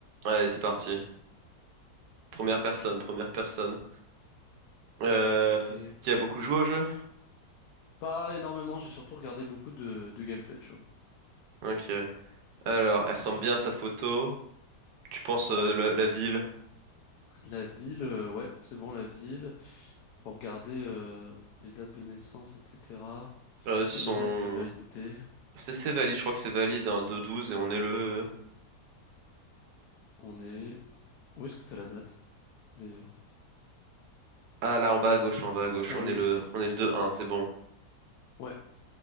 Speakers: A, on the right; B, on the left.
A: Allez, c'est parti. Première
B: Ok,
A: personne, première personne. Euh,
B: ok.
A: t'y as beaucoup joué au jeu?
B: Pas énormément, j'ai surtout regardé beaucoup de, de gameplay, tu vois.
A: Ok. Alors, elle ressemble
B: Euh,
A: bien à sa photo. Tu penses
B: Ouais,
A: euh, la, la ville?
B: la ville, euh, ouais, c'est bon, la ville. Faut regarder euh, les dates de naissance, etc.
A: Regardez si
B: Et
A: son...
B: les dates de validité.
A: C'est c'est valide, je crois que c'est valide, hein, 2-12 et on est le...
B: On est... Où est-ce que t'as la date, d'ailleurs?
A: Ah là, en bas
B: Ah
A: à
B: oui.
A: gauche, en bas à gauche,
B: Ah
A: on
B: oui.
A: est le, on est le deux un. c'est bon.
B: Ouais,